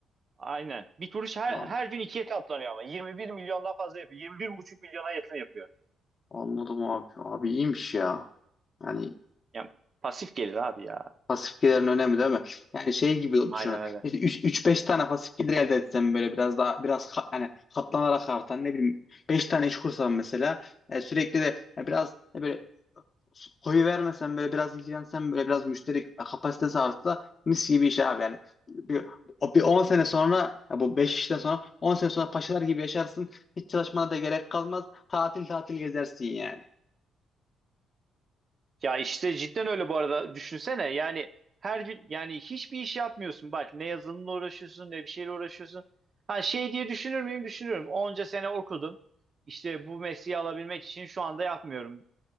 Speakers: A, on the right (about 40°); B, on the left (about 40°).
A: Aynen. Bir kuruş her,
B: Abi,
A: her gün ikiye katlanıyor ama. 21 milyondan fazla yapıyor. yirmi bir buçuk milyona yakın yapıyor.
B: anladım abi. Abi iyiymiş ya. Yani
A: Yani pasif gelir abi ya.
B: Pasif gelirin önemli değil mi? Yani şey gibi
A: Aynen
B: düşünün.
A: öyle.
B: İşte 3-5 tane pasif gelir elde etsem böyle biraz daha biraz ka- hani katlanarak artan ne bileyim 5 tane iş kursam mesela e, sürekli de e, biraz e, böyle koyu vermesem böyle biraz ilgilensem böyle biraz müşteri kapasitesi artsa mis gibi iş abi yani. Bir, o- bir 10 sene sonra ya bu 5 işten sonra 10 sene sonra paşalar gibi yaşarsın. Hiç çalışmana da gerek kalmaz. Tatil tatil gezersin yani.
A: Ya işte cidden öyle bu arada. Düşünsene yani her gün yani hiçbir iş yapmıyorsun. Bak ne yazılımla uğraşıyorsun ne bir şeyle uğraşıyorsun. Ha şey diye düşünür müyüm? Düşünürüm. Onca sene okudum. İşte bu mesleği alabilmek için şu anda yapmıyorum.